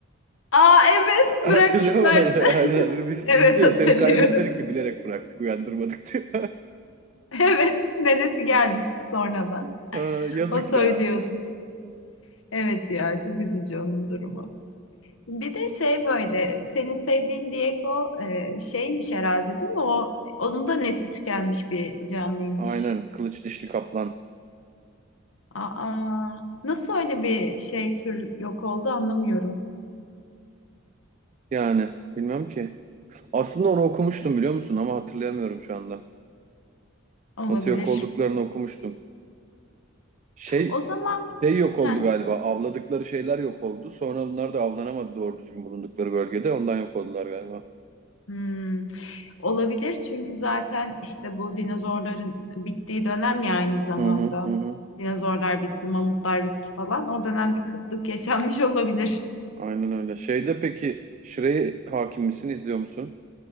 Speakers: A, on the left; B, on the right.
A: Aa evet
B: <laughs> Hatırlıyor
A: bırakmışlardı.
B: musun? Aynen.
A: <laughs>
B: Biz,
A: Evet
B: biz diyor
A: hatırlıyorum.
B: seni kaybetmedik ki bilerek bıraktık uyandırmadık diyor.
A: Evet nenesi gelmişti sonradan.
B: <laughs> Aa, Yazık
A: O söylüyordu.
B: ya.
A: Evet ya çok üzücü onun durumu. Bir de şey böyle senin sevdiğin Diego e, şeymiş herhalde değil mi? O onun da nesli tükenmiş bir canlıymış.
B: Aynen kılıç dişli kaplan.
A: Aa nasıl öyle bir şey tür yok oldu anlamıyorum.
B: Yani bilmem ki. Aslında onu okumuştum biliyor musun ama hatırlayamıyorum şu anda.
A: Olabilir.
B: Nasıl yok olduklarını okumuştum. Şey,
A: O zaman
B: şey yok oldu
A: heh,
B: galiba. Avladıkları şeyler yok oldu. Sonra bunlar da avlanamadı doğru düzgün bulundukları bölgede. Ondan yok oldular galiba.
A: hmm. Olabilir çünkü zaten işte bu dinozorların bittiği dönem ya aynı zamanda.
B: Hı hı hı. hı.
A: Dinozorlar bitti, mamutlar bitti falan. O dönem bir kıtlık yaşanmış olabilir.
B: Aynen öyle. Şeyde peki Shrek'e hakim misin, izliyor musun?